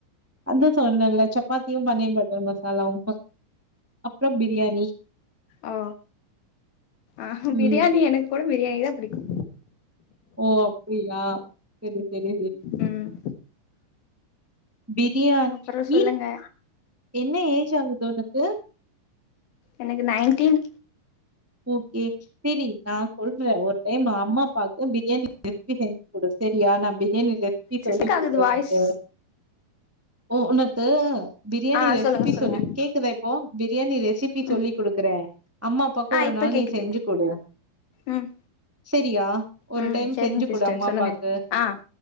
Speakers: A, on the right (about 15°); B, on the left (about 85°).
A: அது சொன்னல்ல சப்பாத்தியு, பன்னீர் பட்டர் மசாலாவுமு அப்றோ பிரியாணி
B: ஓ ஆஹ பிரியாணி
A: ம்.
B: எனக்கு கூட பிரியாணி தா புடிக்கு
A: ஓ அப்டியா செரி செரி செரி
B: ம்
A: பிரியாண்
B: அப்புறோ
A: வீட்
B: சொல்லுங்க
A: என்ன ஏஜ் ஆகுது உனக்கு
B: எனக்கு நைன்டீன்
A: ஓகே செரி நா சொல்றே ஒரு டைம் அம்மா, அப்பாக்கு பிரியாணி ரெஸ்ப்பி செஞ்சி குடு செரி யா நா பிரியாணி ரெஸ்ப்பி
B: சிஸ்டர்
A: சொல்லி குடுக்கறே
B: ஆகுது வாய்ஸ்
A: உனக்கு ஓ உனக்கு பிரியாணி
B: ஆ
A: ரெசிப்பி
B: சொல்லுங்க சொல்லுங்க
A: சொல்லி கேக்குதா இப்போ பிரியாணி ரெசிப்பி
B: ம்
A: சொல்லி குடுக்கறே அம்மா பாக்கு
B: ஆ
A: ஒரு
B: இப்ப
A: நாள்
B: கேக்குது
A: நீ செஞ்சி குடு
B: ம்
A: செரியா ஒரு
B: ம்
A: டைம்
B: சரிங்க
A: செஞ்சி
B: சிஸ்டர்
A: குடு அம்மா
B: சொல்லுங்க
A: அப்பாக்கு
B: ஆ